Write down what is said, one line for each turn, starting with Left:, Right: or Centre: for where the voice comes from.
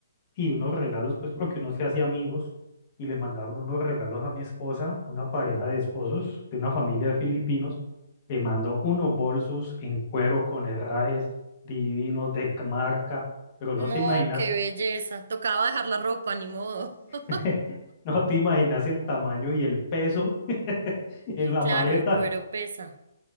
Left: y unos regalos, pues porque uno se hacía amigos y le mandaron unos regalos a mi esposa, una pareja de esposos de una familia de filipinos, le mandó unos bolsos en cuero con herrajes divinos de marca, pero no
Right: No,
Left: te imaginas,
Right: qué belleza. Tocaba dejar la ropa, ni modo. <laughs>
Left: <laughs> no te imaginas el tamaño y el peso <laughs> en la
Right: Claro,
Left: maleta
Right: el cuero pesa.